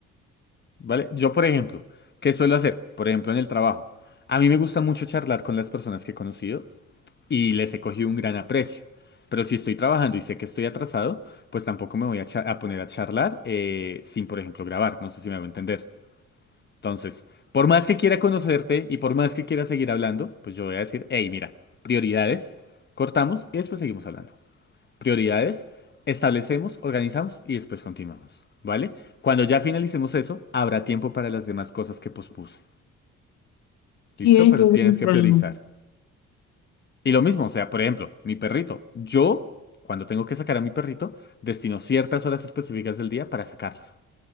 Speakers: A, on the left; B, on the left.
A: ¿vale? Yo, por ejemplo, ¿qué suelo hacer? Por ejemplo, en el trabajo. A mí me gusta mucho charlar con las personas que he conocido y les he cogido un gran aprecio. Pero si estoy trabajando y sé que estoy atrasado, pues tampoco me voy a, cha- a poner a charlar eh, sin, por ejemplo, grabar. No sé si me hago entender. Entonces, por más que quiera conocerte y por más que quiera seguir hablando, pues yo voy a decir, hey, mira, prioridades, cortamos y después seguimos hablando prioridades, establecemos, organizamos y después continuamos, ¿vale? Cuando ya finalicemos eso, habrá tiempo para las demás cosas que pospuse,
B: Sí,
A: ¿listo?
B: es
A: Pero
B: que
A: tienes
B: es el
A: que
B: problema.
A: priorizar. Y lo mismo, o sea, por ejemplo, mi perrito. Yo, cuando tengo que sacar a mi perrito, destino ciertas horas específicas del día para sacarlas,